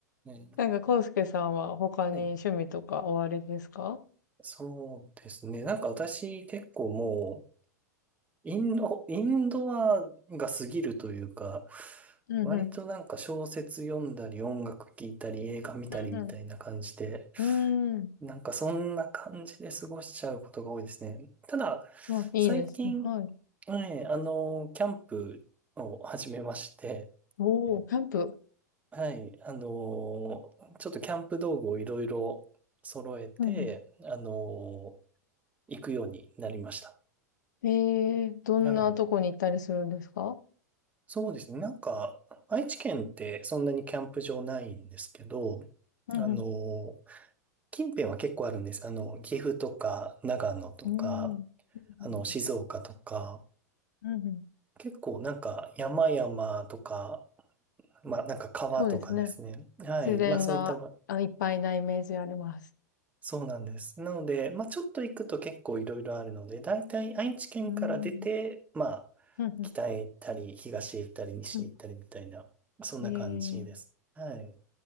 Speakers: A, on the right; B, on the left.
A: ね
B: なんか、コウスケさんは他に趣味とかおありですか
A: はい。そうですね。なんか私結構もう、インド、インドアが過ぎるというか、
B: うんうん。
A: 割となんか小説読んだり音楽聴いたり映画見たりみたいな感じで、
B: うんうん。うーん。
A: なんかそんな感じで過ごしちゃうことが多いですね。ただ、
B: あ、いいですね。
A: 最近、
B: はい。
A: はい、あの、キャンプを始めまして、
B: おー、キャンプ。
A: はい、あの、ちょっとキャンプ道具をいろいろ揃えて、
B: うんうん。
A: あの、行くようになりました。
B: ええ、どんなとこに行ったりするんですか？
A: はい。そうですね。なんか、愛知県ってそんなにキャンプ場ないんですけど、
B: うんうん。
A: あの、近辺は結構あるんです。あの、岐阜とか、長野とか、
B: うーん。うん
A: あの、静岡とか、
B: うん。うんうん。
A: 結構なんか山々とか、まあなんか川とかですね。
B: そうですね。
A: はい。
B: 自然が、
A: まあそういった、遊
B: あ、いっぱいなイメージあります。
A: そうなんです。なので、まあ、ちょっと行くと結構いろいろあるので、大体愛知県から出て、
B: うん。
A: まあ、
B: うんうん。
A: 北へ行ったり、
B: う
A: 東へ行ったり、西へ行ったりみたいな、
B: んう
A: そんな感じです。
B: ん。ええ、
A: はい。